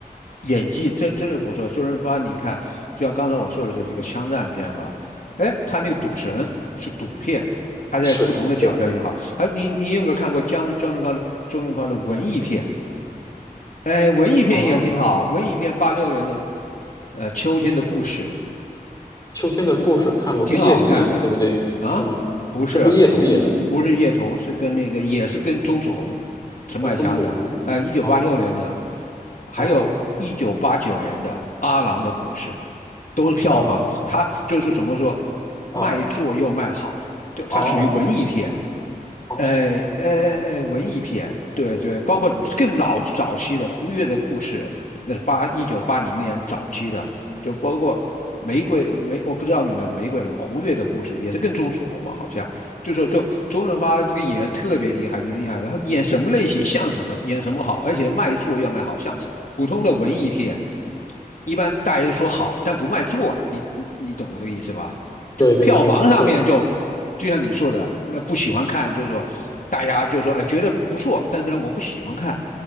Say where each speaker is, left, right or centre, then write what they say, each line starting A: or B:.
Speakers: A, on the left (about 60°); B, on the left (about 25°).
A: 演技真真的不错。周润发，你看，就像刚才我说的这几个枪战片吧，哎，他那个赌神是赌片，他在不同的角色也好，
B: 是，对
A: 还你你有没有看过江周润发的周润发的文艺片？哎，文艺片也挺好，
B: 啊，
A: 文艺片八六年的呃《秋天的故事》，
B: 《秋天的故事》看过，
A: 挺好看的啊，
B: 跟叶童演的，对不对？是吗？
A: 不是，
B: 是跟叶童演的
A: 不是叶童，是跟那个也是跟钟楚红、陈百强的，
B: 啊，钟楚红。
A: 呃，一九八六年的，
B: 哦
A: 还有一九八九年的《阿郎的故事》，
B: 哦，
A: 都是票房，
B: 哦
A: 它就是怎么说，卖座又卖好，
B: 哦
A: 就它属于文艺片。
B: 哦哦。
A: 哎哎哎哎，文艺片，对对，包括更老早期的胡月的故事，那是八一九八零年早期的，就包括玫瑰的玫，我不知道你们有玫瑰的胡月的故事，也是跟钟楚红吧，好像就说周周润发这个演员特别厉害，就是厉害，他演什么类型像什么，演什么好，而且卖座要卖好，像普通的文艺片，一般大家都说好，但不卖座，你你你懂我这个意思吧？就票房上面就
B: 对对对，是，
A: 就像你说的，那不喜欢看，就是说大家就说哎觉得不错，但是呢我不喜欢看，